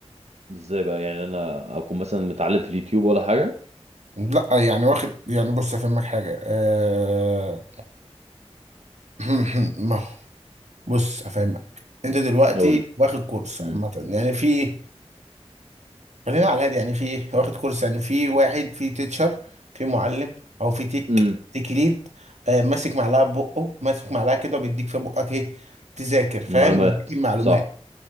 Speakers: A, on the right; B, on the right.
A: ازاي بقى يعني انا اكون مثلا متعلم في اليوتيوب ولا حاجه
B: لا يعني واخد يعني بص افهمك حاجه أه... <clears throat> ما بص افهمك انت دلوقتي
A: اقول لي
B: واخد كورس
A: امم
B: عامه يعني في خلينا على الهادي يعني في إيه؟ واخد كورس يعني في واحد في تيتشر في معلم او في تيك
A: امم
B: تيك ليد أه ماسك معلقه ببقه ماسك معلقه كده وبيديك في بقك ايه تذاكر فاهم
A: معلومات
B: بيديك المعلومات
A: صح